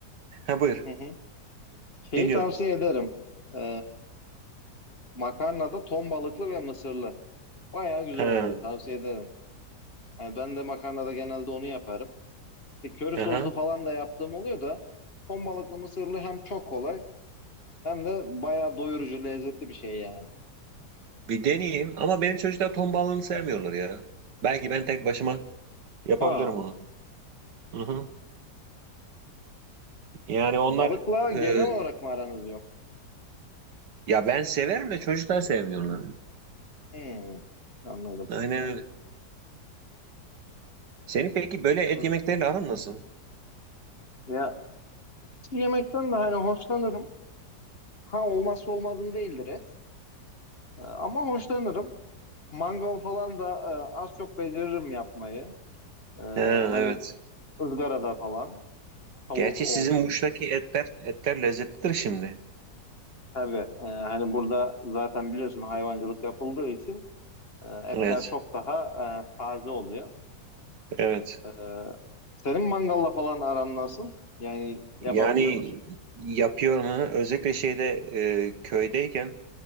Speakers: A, on the right; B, on the left.
A: ha buyur.
B: hı hı. şeyi
A: Dinliyorum.
B: tavsiye ederim. E, makarnada ton balıklı ve mısırlı. Bayağı güzel
A: Ha,
B: oluyor. Tavsiye ederim. Yani ben de makarnada genelde onu yaparım. E, köri
A: aha.
B: soslu falan da yaptığım oluyor da ton balıklı mısırlı hem çok kolay hem de bayağı doyurucu lezzetli bir şey yani.
A: Bir deneyeyim ama benim çocuklar ton balığını sevmiyorlar ya. Belki ben tek başıma yapabilirim
B: Ha,
A: onu. Hı hı. Yani onlar
B: balıkla
A: e,
B: genel olarak mı aranız yok?
A: ya ben severim de çocuklar sevmiyorlar.
B: Hmm, anladım.
A: Aynen öyle. Senin peki böyle et
B: Anladım.
A: yemekleriyle aran nasıl?
B: Ya yemekten de hani hoşlanırım. Ha olmazsa olmazım değildir et. E, ama hoşlanırım. Mangal falan da e, az çok beceririm yapmayı. E,
A: Ha,
B: hani
A: evet.
B: ızgarada falan tavuk
A: Gerçi
B: olsun.
A: sizin Muş'taki etler etler lezzetlidir şimdi.
B: Tabii e, hani burada zaten biliyorsun hayvancılık yapıldığı için e, etler
A: Evet.
B: çok daha e, taze oluyor.
A: Evet.
B: E, senin mangalla falan aran nasıl? Yani yapabiliyor
A: Yani
B: musun?
A: yapıyorum ha. Özellikle şeyde e, köydeyken